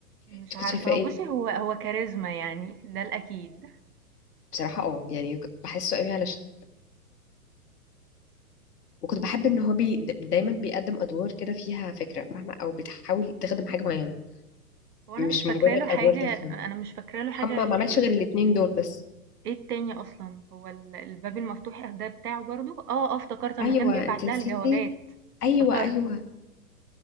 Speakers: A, on the right (about 75°); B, on the left (about 80°).
A: مش
B: انت
A: عارفة
B: كنت شايفاه
A: هو
B: ايه
A: بُصّي، هو هو كاريزما يعني ده الأكيد.
B: بصراحه اه يعني كنت بحسه قوي على ش... وكنت بحب ان هو بي... دايما بيقدم ادوار كده فيها فكره فاهمه او بتحاول تخدم حاجه معينه
A: هو أنا
B: مش
A: مش فاكرة
B: مجرد
A: له حاجة
B: ادوار تافهه
A: أنا مش فاكرة له حاجة
B: هم ما عملش
A: غير ال
B: غير الاتنين دول بس
A: إيه التاني أصلًا، هو ال الباب المفتوح ده بتاعه برضه؟ آه، آه افتكرت أمّا
B: ايوه
A: كان بيبعت
B: انت نسيتي
A: لها الجوابات،
B: ايوه
A: افتكرت،
B: ايوه